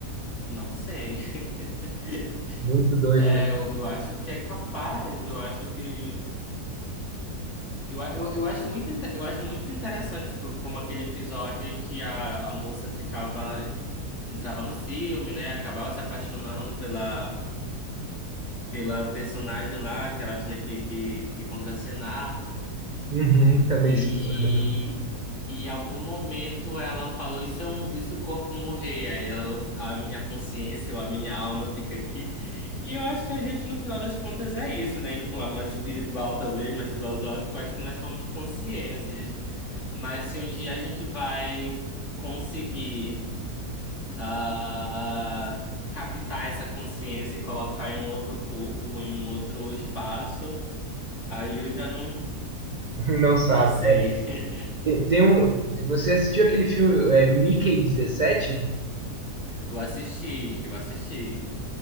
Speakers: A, on the left; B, on the right.
A: não sei. <laughs>
B: muito doido,
A: É,
B: né?
A: eu, eu acho que é capaz. Eu acho que. Eu, a- eu, eu acho muito, inte- eu acho muito interessante, tipo, como aquele episódio em que a, a moça ficava. Entrava no filme, né? Acabava se apaixonando pela. pela personagem lá que ela tinha que, que, que contracenar
B: Uhum, também
A: e
B: esquizofrenia.
A: e em algum momento ela falou e se, eu, e se o corpo morrer? Aí ela, a minha consciência ou a minha alma fica aqui. E eu acho que a gente, no final das contas, é isso, né? Indo para um lado mais espiritual, talvez, mais filosófico, acho que nós somos consciências. Mas se um dia a gente vai conseguir ah, captar essa consciência e colocar em um outro corpo, em um outro espaço, aí eu já não,
B: <laughs> Não sabe.
A: não sei. <laughs>
B: Tem, tem um. Você assistiu aquele filme é, Mickey dezessete
A: Eu assisti, eu assisti,